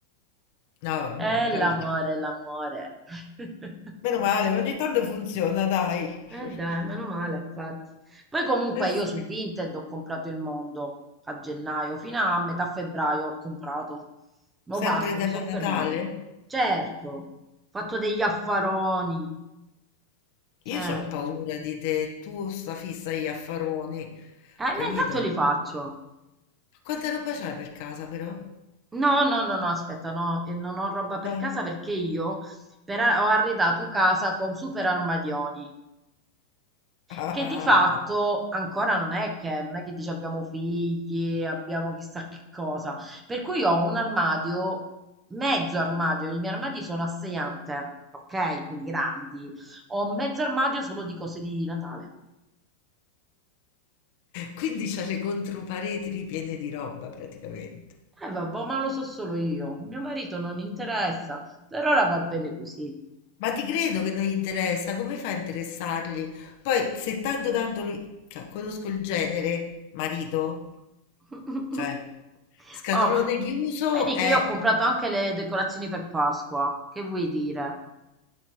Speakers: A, on the left (about 50°); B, on the right (about 15°).
A: No, vabbè,
B: Eh,
A: meraviglia.
B: l'amore, l'amore. <laughs>
A: Meno male, ogni tanto funziona, dai. <laughs>
B: Eh dai, meno male, infatti. Poi comunque
A: Eh
B: io
A: sì.
B: su Vinted ho comprato il mondo a gennaio, fino a metà febbraio ho comprato. Ma basta,
A: Sempre
B: mi
A: tema
B: sono fermata.
A: Natale?
B: Certo, ho fatto degli affaroni, certo.
A: Io ho paura di te, tu sta fissa agli affaroni,
B: Eh,
A: capito?
B: ma intanto
A: Ma
B: li faccio.
A: Quanta roba c'hai per casa però?
B: No, no, no, no, aspetta, no, eh, non ho roba per
A: Dai.
B: casa perché io per a- ho arredato casa con super armadioni,
A: <laughs>
B: che di fatto
A: Ah.
B: ancora non è che, non è che dici abbiamo figli, abbiamo chissà che cosa, per cui ho un armadio, mezzo armadio, i miei armadi sono a sei ante, ok? Quindi grandi, ho mezzo armadio solo di cose di Natale.
A: Quindi c'ha le contropareti ripiene di roba praticamente.
B: Eh vabbè, ma lo so solo io, mio marito non interessa, per ora va bene così.
A: Ma ti credo che non gli interessa, come fa a interessargli? Poi se tanto tanto lui, cioè, conosco il genere, marito,
B: <laughs>
A: cioè, scatolone
B: Oh, ma
A: chiuso
B: vedi
A: è...
B: che io ho comprato anche le decorazioni per Pasqua. Che vuoi dire?